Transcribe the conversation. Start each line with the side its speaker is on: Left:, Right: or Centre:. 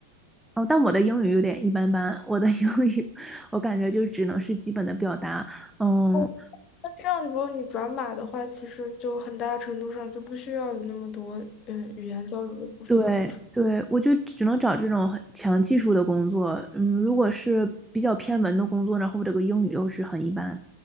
Centre: 哦，但我的英语有点一般般，我的英语 <laughs> 我感觉就只能是基本的表达，嗯，
Left: 哦，那这样如果你转码的话，其实就很大程度上就不需要有那么多嗯语言交流的部分，
Centre: 对对，
Left: 不是？
Centre: 我就只能找这种很强技术的工作，嗯，如果是比较偏文的工作，然后我这个英语又是很一般。